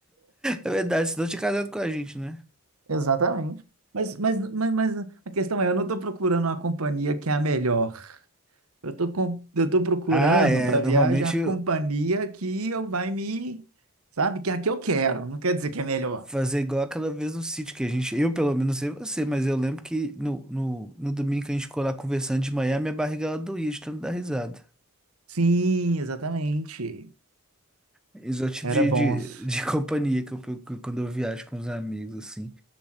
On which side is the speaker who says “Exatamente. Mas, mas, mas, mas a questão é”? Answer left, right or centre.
Right